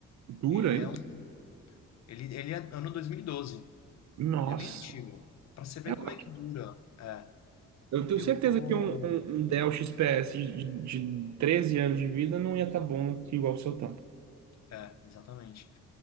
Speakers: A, on the right; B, on the left.
A: Dura
B: ele
A: ele?
B: é um ele, ele é ano dois mil e doze
A: Nossa,
B: Ele é bem antigo. Pra você ver
A: é ótimo.
B: como é que dura. É,
A: Eu tenho
B: eu
A: certeza
B: tô.
A: que um, um, um Dell XPS de, de 13 anos de vida não ia estar bom igual o seu tanto.
B: É, exatamente.